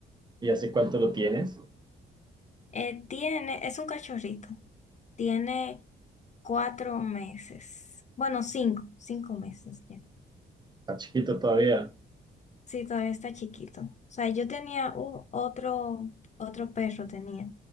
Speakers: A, on the right; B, on the left.
A: ¿Y hace cuánto lo tienes?
B: eh, tiene, es un cachorrito. Tiene cuatro meses. Bueno, cinco, cinco meses ya.
A: ¿Está chiquito todavía?
B: Sí, todavía está chiquito. O sea, yo tenía un otro, otro perro tenía,